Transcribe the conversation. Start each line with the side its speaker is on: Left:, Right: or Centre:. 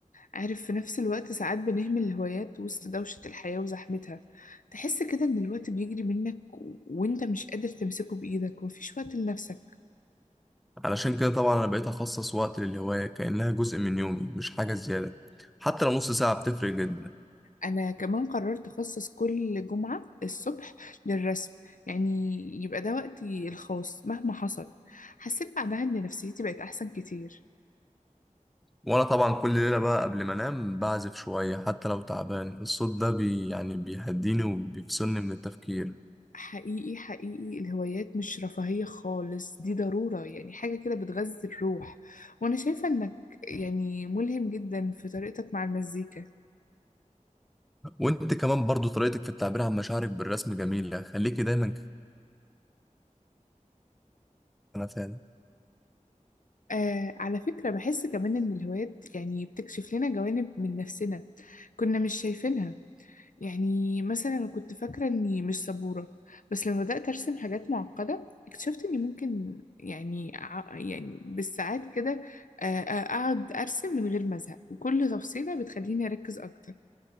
Left: عارف في نفس الوقت ساعات بنهمل الهوايات وسط دوشة الحياة وزحمتها تحس كده إن الوقت بيجري منك و- وإنت مش قادر تمسكه بإيدك ومفيش وقت لنفسك
Centre: علشان كده طبعا انا بقيت اخصص وقت للهواية كأنها جزء من يومي مش حاجة زيادة حتى لو نص ساعة بتفرق جدا
Left: أنا كمان قررت أخصص كل جمعة الصبح للرسم يعني يبقى ده وقتي الخاص مهما حصل حسيت بعدها إن نفسيتي بقت أحسن كتير
Centre: وانا طبعا كل ليلة بقى قبل ما انام بعزف شوية حتى لو تعبان الصوت ده بي يعني بيهديني وبيفصلني من التفكير
Left: حقيقي حقيقي الهوايات مش رفاهية خالص دي ضرورة يعني حاجة كده بتغذي الروح وأنا شايفة إنك يعني ملهم جدا في طريقتك مع المزيكا
Centre: وانت كمان برضو طريقتك في التعبير عن مشاعرك بالرسم جميلة خليكي دايما كده انا فعلا
Left: آه على فكرة بحس كمان إن الهوايات يعني بتكشف لنا جوانب من نفسنا كنا مش شايفينها يعني مثلا أنا كنت فاكرة إني مش صبورة بس لما بدأت أرسم حاجات معقدة اكتشفت إني ممكن يعني ع- يعني بالساعات كده آه آه، أقعد أرسم من غير ما أزهق وكل تفصيلة بتخليني أركز أكتر